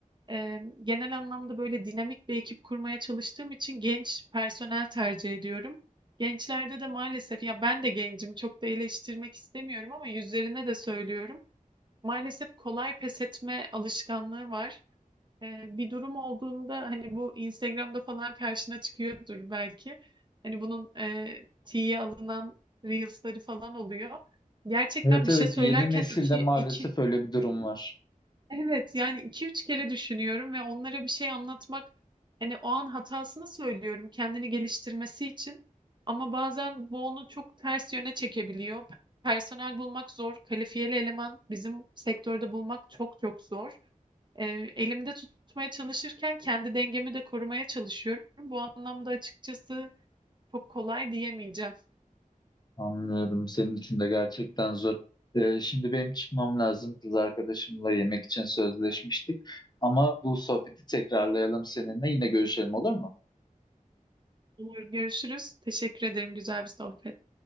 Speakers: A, on the right; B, on the left.
A: e, genel anlamda böyle dinamik bir ekip kurmaya çalıştığım için genç personel tercih ediyorum. Gençlerde de maalesef ya ben de gencim çok da eleştirmek istemiyorum ama yüzlerine de söylüyorum. Maalesef kolay pes etme alışkanlığı var. E, bir durum olduğunda hani bu Instagram'da falan karşına çıkıyordur belki. Hani bunun e, tiye alınan Reels'ları falan oluyor. Gerçekten
B: Evet
A: bir
B: evet
A: şey söylerken
B: yeni nesilde
A: iki,
B: maalesef
A: iki
B: öyle bir durum var.
A: Evet yani iki üç kere düşünüyorum ve onlara bir şey anlatmak hani o an hatasını söylüyorum kendini geliştirmesi için ama bazen bu onu çok ters yöne çekebiliyor. Personel bulmak zor, kalifiyeli eleman bizim sektörde bulmak çok çok zor. Ee, elimde tutmaya çalışırken kendi dengemi de korumaya çalışıyorum. Bu anlamda açıkçası çok kolay diyemeyeceğim.
B: Anlıyorum. Senin için de gerçekten zor. Ee, şimdi benim çıkmam lazım. Kız arkadaşımla yemek için sözleşmiştik. Ama bu sohbeti tekrarlayalım seninle. Yine görüşelim olur mu?
A: Olur, görüşürüz. Teşekkür ederim güzel bir sohbet.